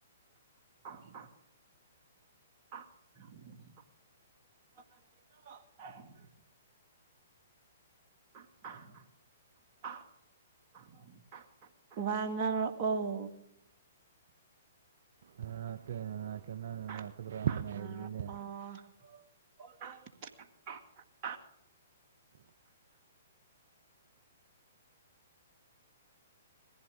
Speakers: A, on the right; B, on the right.
A: <unintelligible> <unintelligible> <inaudible> <unintelligible> ꯋꯥ ꯉꯥꯡꯔꯛ ꯑꯣ
B: ꯉꯥꯏꯍꯥꯛꯀꯦ ꯉꯥꯏꯍꯥꯛꯀꯦ
A: ꯑ
B: ꯅꯪ ꯉꯥꯏꯍꯥꯛꯀꯗ꯭ꯔꯥꯅ ꯉꯥꯏꯕꯅꯤꯅꯦ
A: ꯑ